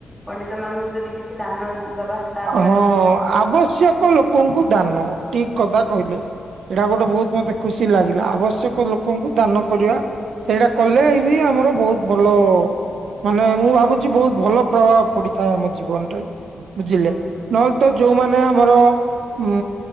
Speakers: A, in the centre; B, on the right.
A: ପଣ୍ଡିତ ମାନଙ୍କୁ ଯଦି କିଛି ଦାନ ଦବା ତା ଦ୍ଵାରା
B: ହଁ
A: ବି ବହୁତ
B: ଆବଶ୍ୟକ ଲୋକଙ୍କୁ ଦାନ ଠିକ୍ କଥା କହିଲେ। ଏଇଟା ଗୋଟେ ବହୁତ ମତେ ଖୁସି ଲାଗିଲା ଆବଶ୍ୟକ ଲୋକଙ୍କୁ ଦାନ କରିବା। ସେଇରା କଲେ ଇଭି ଆମର ବହୁତ ଭଲ ହବ। ମାନେ ମୁଁ ଭାବୁଚି ବହୁତ ଭଲ ପ୍ରଭାବ ପଡିଥାଏ ଆମ ଜୀବନରେ। ବୁଝିଲେ
A: ହୁଁ ହୁଁ
B: ନହେଲେ ତ ଯୋଉମାନେ ଆମର ମୁଁ